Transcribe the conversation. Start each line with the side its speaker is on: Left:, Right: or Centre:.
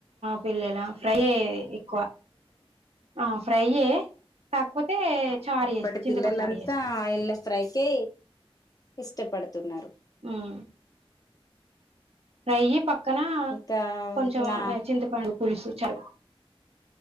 Right: పిల్లలా ఫ్రైయే ఎక్కువ అ ఫ్రైయే కాకపోతే
Left: అవునా
Right: చారు
Left: ఇప్పటి
Right: చేస్తా చింతపండు
Left: పిల్లలంతా
Right: చారు చేస్తా
Left: ఆయిల్ ఫ్రైకే ఇష్టపడుతున్నారు
Right: మ్మ్ నెయ్యి పక్కన
Left: ఇంకా
Right: కొంచెం
Left: నా
Right: చింతపండు పులుసు చారు